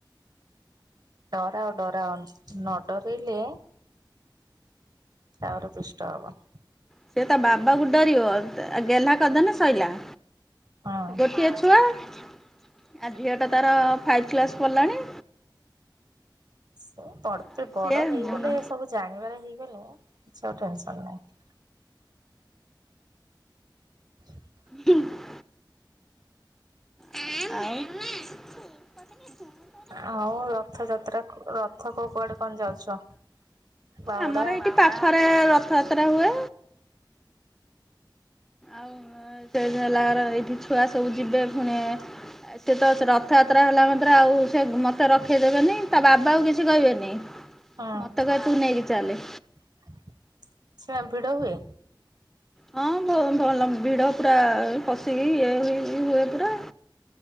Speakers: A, on the right; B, in the centre.
A: ଡରାଅ ଡରାଅ ନ ଡରେଇଲେ ଆହୁରି ଦୁଷ୍ଟ ହବ।
B: ସେ ତା ବାବାକୁ ଡରିବ ଗେହ୍ଲା କରିଦେଲେ ସଇଲା।
A: ହଁ
B: ଗୋଟିଏ ଛୁଆ ଆ ଝିଅ ଟା ତାର ଫାଇପ କ୍ଲାସ ପଢିଲାଣି।
A: ସେ ପଡତେ
B: ଆଉ
A: ବଡ
B: ସିଏ
A: ହେଇଗଲେ
B: ହଁ।
A: ସବୁ ଜାଣିବାର ହେଇଗଲେ କିଛି ଆଉ ଟେନସନ୍ ନାହିଁ। <inaudible>
B: ହୁଁ। <unintelligible> ଆଉ।
A: ଆଉ ରଥଯାତ୍ରାକୁ ରଥକୁ କୁଆଡ଼େ କଣ ଯାଉଛ? ବାହୁଡା।
B: ଆମର ଏଇଠି ପାଖରେ ରଥଯାତ୍ରା ହୁଏ ଆଉ <unintelligible> ଏଇଠି ଛୁଆ ସବୁ ଯିବେ ଫୁଣି। ସେ ତ ରଥଯାତ୍ରା ହେଲା ମାତ୍ରେ ଆଉ ସେ ମତେ ରଖେଇଦେବେନି ତା ବାବା କୁ କିଛି କହିବେନି।
A: ହଁ
B: ମତେ କହେ ତୁ ନେଇକି ଚାଲେ।
A: <unintelligible> ଭିଡ ହୁଏ?
B: ହଁ ହଁ ଭଲ ଭିଡ ପୁରା ପଶିକି ଇଏ ହୁଇ ହୁଏ ପୁରା।